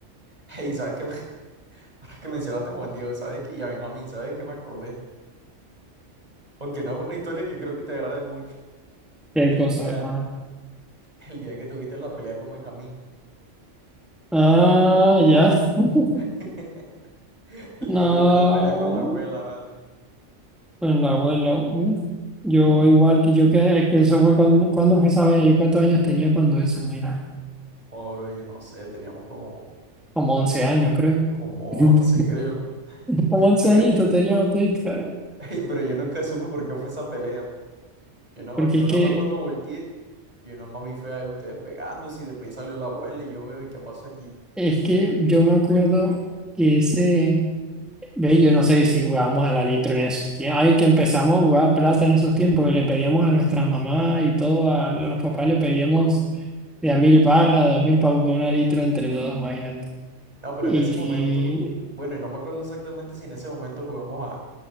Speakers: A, on the right; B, in the centre.
A: Hey, ¿sabes qué? me- <laughs> Ahora que mencionaste a Juan Diego, ¿sabes qué? Y a Benjamín, ¿sabes qué me acordé? Aunque no es una historia que creo que te agrade mucho. <laughs>
B: Qué
A: El
B: cosa.
A: día,
B: Ah,
A: el día que tuviste la pelea con Benjamín.
B: Ah, ya. <laughs>
A: <laughs> El día
B: No,
A: que tuviste la pelea con la abuela, ¿vale?
B: pues la abuela, ¿no? Yo igual que yo que, que eso fue cuando, cuando fue esa vaina, yo cuántos años tenía cuando eso, imagínate,
A: Joder, bro, yo no sé, teníamos como,
B: como 11 años creo.
A: como
B: <laughs>
A: 11 creo. <laughs>
B: Como 11
A: Pero,
B: añitos tenía botita,
A: ey, pero yo nunca supe por qué fue esa pelea. man. Yo nada
B: porque
A: más, yo
B: es que,
A: nada más cuando volteé, yo nada más vi fue a ustedes pegándose y después salió la abuela y yo, bebé, ¿qué pasó aquí?
B: es que yo me acuerdo que ese, ve, yo no sé si jugábamos a la litro en esos tiempos, ay, que empezamos a jugar plata en esos tiempos, que le pedíamos a nuestras mamás y todo, a los papás le pedíamos de a mil barras, dos mil para jugar una litro entre todos, imagínate.
A: No, pero
B: Y
A: en ese momento, bueno, y no me acuerdo exactamente si en ese momento jugamos a,